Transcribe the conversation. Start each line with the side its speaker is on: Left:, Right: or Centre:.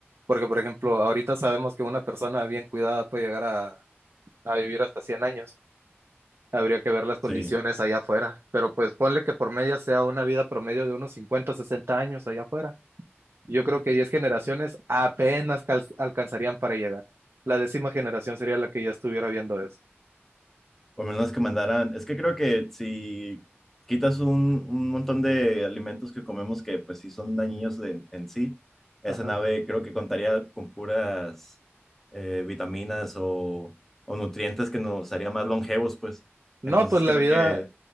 Right: Porque, por ejemplo, ahorita sabemos que una persona bien cuidada puede llegar a, a vivir hasta 100 años. Habría que ver las condiciones
Centre: Sí.
Right: allá afuera, pero pues ponle que por media sea una vida promedio de unos 50, 60 años allá afuera. Yo creo que 10 generaciones apenas cal- alcanzarían para llegar. La décima generación sería la que ya estuviera viendo eso.
Centre: O menos que mandaran, es que creo que si quitas un, un montón de alimentos que comemos que pues sí son dañinos de- en sí, esa
Right: Ajá.
Centre: nave creo que contaría con puras eh, vitaminas o, o nutrientes que nos haría más longevos, pues.
Right: No,
Centre: Entonces
Right: pues la
Centre: creo
Right: vida,
Centre: que